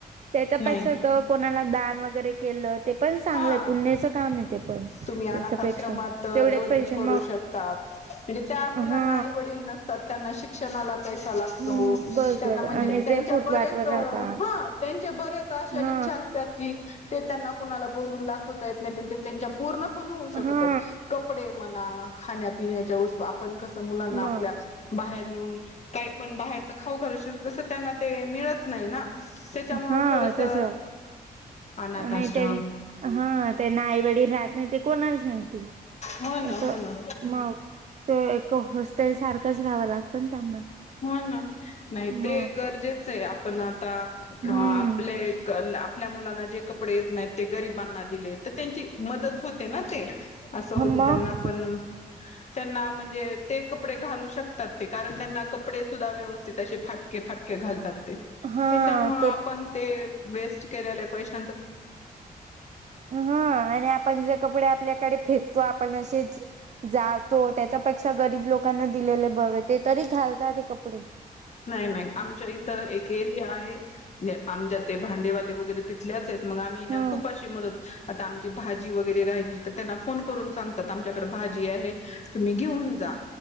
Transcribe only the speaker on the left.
नाही
हा
तुम्ही अनाथ
आश्रमात
डोनेट
करू
शकतात. म्हणजे त्या मुलांना
आई वडील नसतात त्यांना शिक्षणाला पैसा लागतो
त्यांना म्हणजे
त्यांच्या
बरेच
ह त्यांचे बरेच अश्या
इच्छा असतात की ते त्यांना कुणाला बोलून दाखवता येत नाही ते त्यांच्या पूर्ण पण होऊ शकत
आहेत कपडे म्हणा आं खाण्या पिण्याच्या वस्तु आपण कस मुलांना आपल्या
बाहेरच हं काही पण बाहेरच खाऊ घालशील तस त्यांना ते मिळत नाही ना त्याच्यामुळ
थोडस
अनाथ आश्रम
हो ना
हो ना.
हो ना नाही ते
गरजेच आहे आपण आ आता आपले
गन आता आपल्या मुलांना जे कपडे येत नाहीत ते गरीबांना दिले तर त्यांची मदत होते ना ते असं होत
त्यांना पण त्यांना म्हणजे ते कपडे घालू शकतात ते कारण त्यांना कपडे सुधा व्यवस तीत असे फाटके फाटके घालतात ते
त्यांच्यामुळ आपण
ते वेस्ट केलेले पैसे
नाही नाही आमच्या इथं एक एरिया आहे आमच्या ते भांडेवाली वगैरे तिथल्याच मग आम्ही
खूप अशी मदत आता आमची भाजी वगैरे राहिली तर त्यांना फोन करून सांगतात आमच्याकडे भाजी आहे तुम्ही घेऊन जा